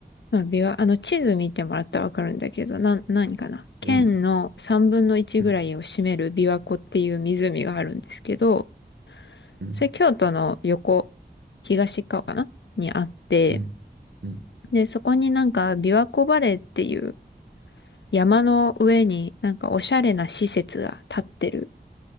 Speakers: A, on the left; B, on the right.
A: まあ、琵琶、あの、地図見てもらったらわかるんだけど、な、何かな県の3分の1ぐらいを占める琵琶湖っていう湖があるんですけど、
B: うん、うん、うん、
A: それ京都の横、東側かなにあって、
B: うん、うん、
A: で、そこになんか琵琶湖バレーっていう山の上になんかおしゃれな施設が建ってる